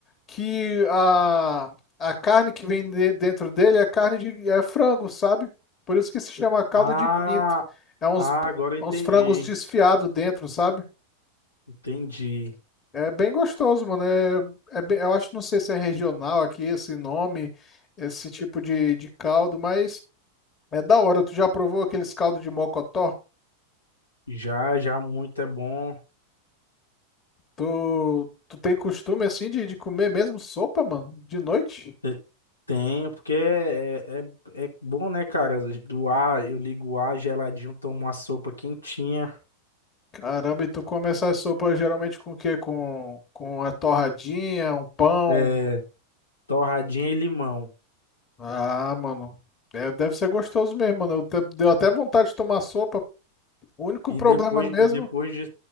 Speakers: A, on the left; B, on the left.
A: que a, a carne que vem de- dentro dele é carne de é frango, sabe? Por isso que se chama caldo
B: Ah,
A: de pinto. É uns,
B: ah, agora eu entendi.
A: uns frangos desfiados dentro, sabe?
B: Entendi.
A: É bem gostoso, mano. É, é bem- eu acho, não sei se é regional aqui esse nome, esse tipo de, de caldo, mas é da hora. Tu já provou aqueles caldos de mocotó?
B: Já, já muito é bom.
A: Tu, tu tem costume assim de, de comer mesmo sopa, mano? De noite?
B: Te- Tem, porque é, é, é é bom, né, cara? Do ar, eu ligo o ar geladinho, tomo uma sopa quentinha,
A: Caramba, e tu come essa sopa geralmente com o quê? Com, com a torradinha, um pão?
B: é, torradinha e limão.
A: Ah, mano. É, deve ser gostoso mesmo, mano. Eu te- deu até vontade de tomar sopa. O único
B: E
A: problema
B: depois,
A: mesmo.
B: e depois de,